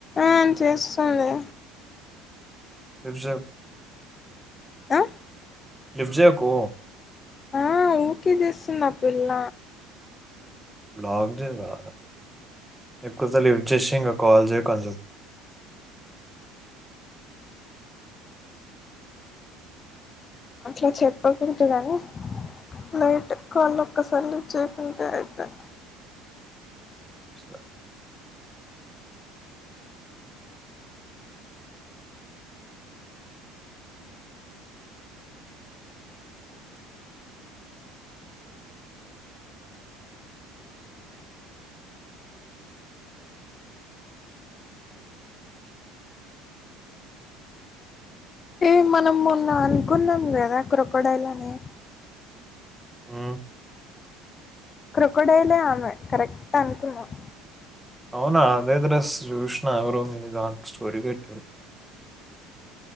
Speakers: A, on the left; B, in the centre.
A: ఆన్ చేస్తునే
B: ిఫజా <unintelligible>
A: ఆ
B: లిప్ట్ జేయకు
A: ఆ ఊకే చేస్తుంది ఆ పిల్ల
B: బ్లాక్ చేయవా ఎక్కువసార్లు లిప్ట్ జేసీ ఇంక కాల్ చేయకు అనిచెప్పు
A: అట్లా చెప్పకుంటే కానీ లైట్ కాళ్ళు ఒక్కసారి చేయకుంటే అయిపోయి
B: సరే.
A: ఏ మనం మొన్న అనుకున్నాం కదా క్రొకడైలని
B: ఆ
A: క్రోకడైలే ఆమె కరెక్ట్ అనుకునం
B: అవునా అదే దర చూషష్ణ ఆగర ఇ <unintelligible> స్టోరి పెట్టావ్